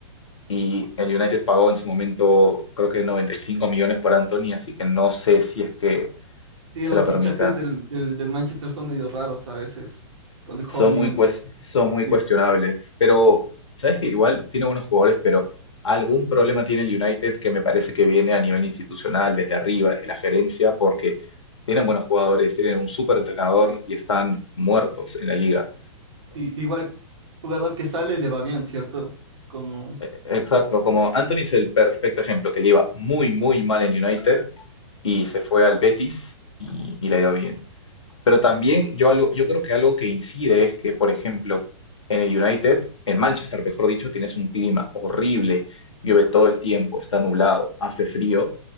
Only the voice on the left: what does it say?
y el United pagó en su momento creo que 95 millones por Anthony, así que no sé si es que
se
lo permita.
Son
muy, cues- son muy
cuestionables, pero sabes que igual tiene buenos jugadores, pero algún problema tiene el United que me parece que viene a nivel institucional, desde arriba, desde la gerencia, porque tienen buenos jugadores, tienen un súper entrenador y están muertos en la liga.
E- Exacto, como Anthony es el perfecto ejemplo, que le iba muy, muy mal en United y se fue al Betis y, y le ha ido bien. Pero también yo, algo, yo creo que algo que incide es que, por ejemplo, en el United, en Manchester, mejor dicho, tienes un clima horrible, llueve todo el tiempo, está nublado, hace frío,